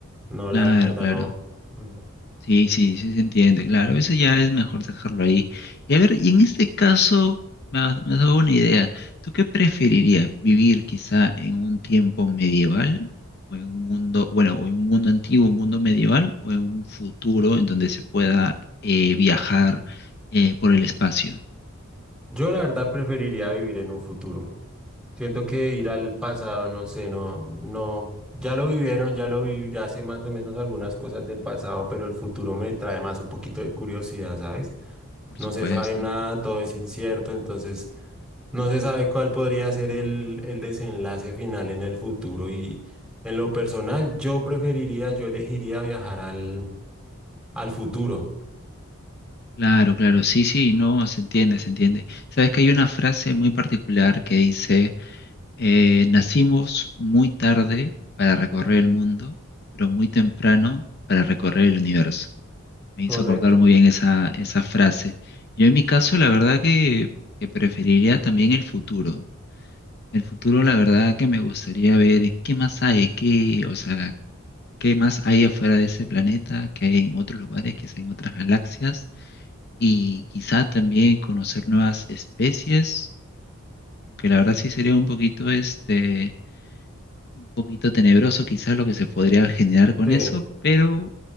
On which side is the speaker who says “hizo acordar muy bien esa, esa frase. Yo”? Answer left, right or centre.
Left